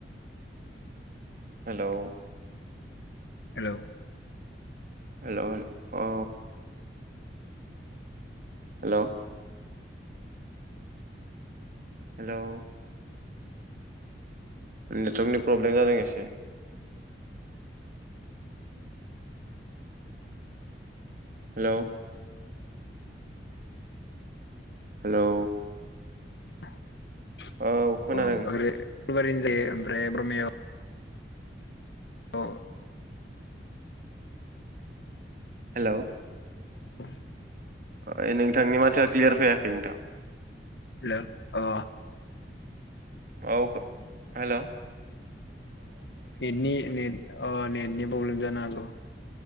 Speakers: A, on the right; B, on the left.
A: हेलौ
B: हेल'
A: हेल' हे औ हेल' हेलौ नेटवार्कनि प्रब्लेम जादों एसे हेलौ हेलौ
B: <inaudible>
A: औ खोनादों
B: अ आरो बारिनि ओमफ्राय <unintelligible> अ
A: हेलौ
B: <inaudible>
A: अ नोंथांनि माथाया क्लियार फैयाखै नोंथां
B: हेल' अ
A: औ हेल'
B: बेनि नेट अ नेटनि प्रब्लेम जानो हागौ।